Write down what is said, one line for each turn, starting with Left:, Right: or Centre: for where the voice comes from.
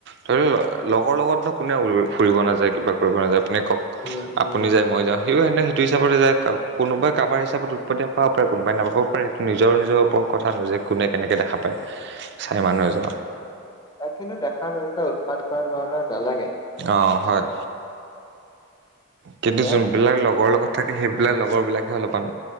Right: ধৰি ল লগৰ লগত নো কোনে ফুৰিব নাযায় কিবা কৰিব নাযায় আপুনি কওক,
Left: উম উম
Right: আপুনি যায় মই যাওঁ সিও সেনে সেইটো হিচাপতে যায় কক কোনোবাই কাৰোাৰ হিচাপত উৎপতি পাব পাৰে কোনোবাই নাপাব পাৰে সেইটো নিজৰ নিজৰ ওপৰত কথা যে কোনে কেনেকে দেখা পায়। চাৰে মানুহ এজনক।
Left: তাক কিন্তু দেখা তেনেকুৱা উৎপাত কৰা ল'ৰা নালাগে।
Right: অ হয় কিন্তু
Left: বেয়া
Right: যোন
Left: লাগে
Right: বিলাক লগৰ লগত, থাকে সেইবিলাক লগৰবিলাকে অলপমান